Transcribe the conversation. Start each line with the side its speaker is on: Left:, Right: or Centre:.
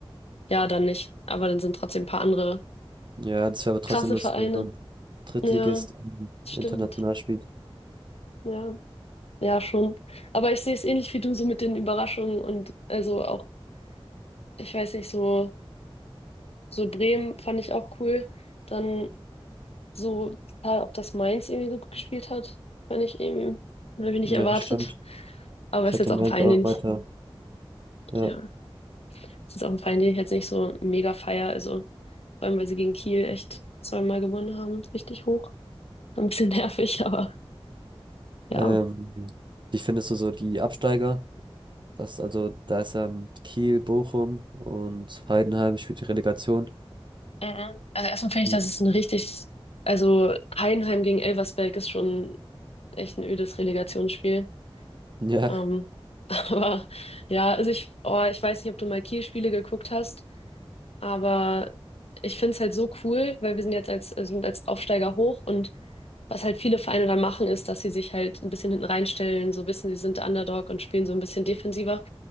Left: ja, dann nicht. Aber dann sind trotzdem ein paar andere
Right: ja das wäre aber trotzdem
Left: krasse
Right: lustig,
Left: Vereine.
Right: wenn so ein Drittligist
Left: Ja,
Right: ähm,
Left: stimmt.
Right: international spielt.
Left: Ja, ja, schon. Aber ich sehe es ähnlich wie du, so mit den Überraschungen und also auch, ich weiß nicht, so, so Bremen fand ich auch cool. Dann so total, auch dass Mainz irgendwie so gut gespielt hat, fand ich irgendwie, habe ich nicht
Right: Ja,
Left: erwartet.
Right: stimmt.
Left: Aber
Right: Ich
Left: ist
Right: hätte
Left: jetzt
Right: meins
Left: auch ein Verein,
Right: auch
Left: den
Right: weiter.
Left: ich,
Right: Ja.
Left: ja, ist jetzt auch ein Verein, den ich jetzt nicht so mega feier. Also vor allem, weil sie gegen Kiel echt zweimal gewonnen haben, richtig hoch. Ein bisschen <laughs> nervig, aber ja.
Right: Ähm, wie findest du so die Absteiger? Das, also, da ist ähm, Kiel, Bochum und Heidenheim spielt die Relegation.
Left: Mhm. Also erstmal finde ich,
Right: Hm,
Left: das ist ein richtig, also Heidenheim gegen Elversberg ist schon echt ein ödes Relegationsspiel.
Right: Ja.
Left: Ähm, <laughs> aber ja, also ich, oh, ich weiß nicht, ob du mal Kiel-Spiele geguckt hast. Aber ich finde es halt so cool, weil wir sind jetzt als, also sind als Aufsteiger hoch und was halt viele Vereine dann machen, ist, dass sie sich halt ein bisschen hinten reinstellen, so wissen, sie sind der Underdog und spielen so ein bisschen defensiver.